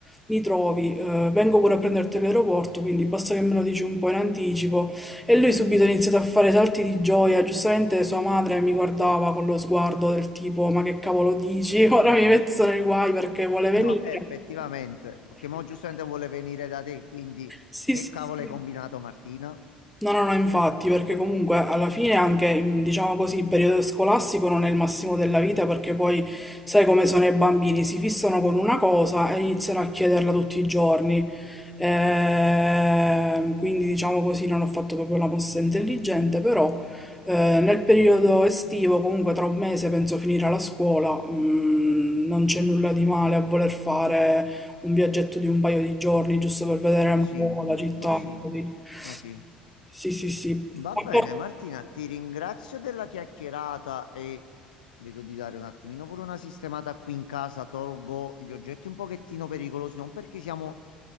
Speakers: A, in the centre; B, on the left.
A: mi trovi, eh, vengo pure a prenderti all'aeroporto. Quindi basta che me lo dici un po' in anticipo. E lui subito ha iniziato a fare salti di gioia. Giustamente sua madre mi guardava con lo sguardo del tipo: Ma che cavolo dici? <laughs> Ora mi metto nei guai perché vuole venire.
B: No, eh, effettivamente, perché mo giustamente vuole venire da te, quindi
A: Sì,
B: che
A: sì,
B: cavolo
A: sì.
B: hai combinato Martina?
A: No, no, no, infatti, perché comunque alla fine anche, in- diciamo così, il periodo scolastico non è il massimo della vita perché poi sai come sono i bambini, si fissano con una cosa e iniziano a chiederla tutti i giorni. Ehm, quindi diciamo così, non ho fatto proprio la mossa intelligente, però eh, nel periodo estivo, comunque tra un mese penso finire la scuola, mm, non c'è nulla di male a voler fare un viaggetto di un paio di giorni giusto per vedere
B: Ma
A: un
B: sì,
A: po' la città,
B: ma sì,
A: così.
B: ma sì.
A: Sì, sì, sì.
B: Va
A: A
B: bene
A: par-
B: Martina, ti ringrazio della chiacchierata e vedo di dare un attimino pure una sistemata qui in casa, tolgo gli oggetti un pochettino pericolosi, non perché siamo